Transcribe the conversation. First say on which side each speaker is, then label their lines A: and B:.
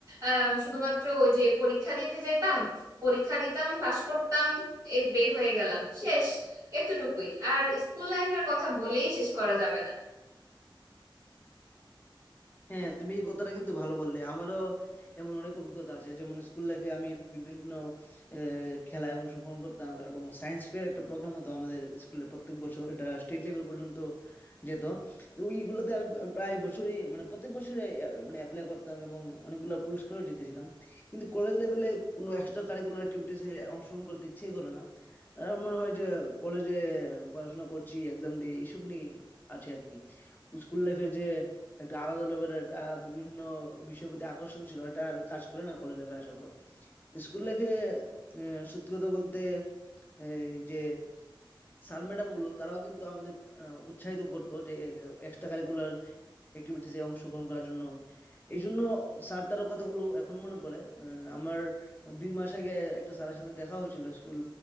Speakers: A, on the right; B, on the left.
A: আহ শুধুমাত্র ওই যে পরীক্ষা দিতে যেতাম পরীক্ষা দিতাম পাশ করতাম এ বের হয়ে গেলাম শেষ এতটুকুই আর স্কুল লাইফের কথা বলেই শেষ করা যাবে না
B: হ্যাঁ তুমি এই কথাটা কিন্তু ভালো বললে আমারও এমন অনেক অভিজ্ঞতা আছে যেমন স্কুল লাইফে আমি বিভিন্ন আহ, খেলায় অংশগ্রহণ করতাম এবং সায়েন্স ফেয়ার একটা প্রোগ্রাম হতো আমাদের স্কুলে প্রত্যেক বছর এটা স্টেট লেভেল পর্যন্ত যেত তো ওইগুলোতে আমি প্রায় বছরই মানে প্রত্যেক বছরই আহ, মানে অ্যাপ্লাই করতাম এবং অনেকগুলো পুরস্কারও জিতেছিলাম কিন্তু কলেজ লেভেলে কোনো এক্সট্রা কারিকুলার অ্যাক্টিভিটিসে অংশগ্রহণ করতে ইচ্ছেই করে না আর মনে হয় যে কলেজে পড়াশোনা করছি এক্সাম দিয়ে এইসব নিয়ে আছে আর কি স্কুল লাইফের যে একটা আলাদা লেভেলের একটা বিভিন্ন বিষয়ের প্রতি আকর্ষণ ছিল এটা আর কাজ করে না কলেজ লাইফে আসার পর স্কুল লাইফে সত্যি কথা বলতে এই যে স্যার ম্যাডাম গুলো তারাও কিন্তু আমাদের আহ, উৎসাহিত করতো যে এক্সট্রা কারিকুলার অ্যাক্টিভিটিসে অংশগ্রহণ করার জন্য এই জন্য স্যার তার কথাগুলো এখনো মনে পড়ে আহ, আমার দুই মাস আগে একটা স্যারের সাথে দেখা হয়েছিল স্কুল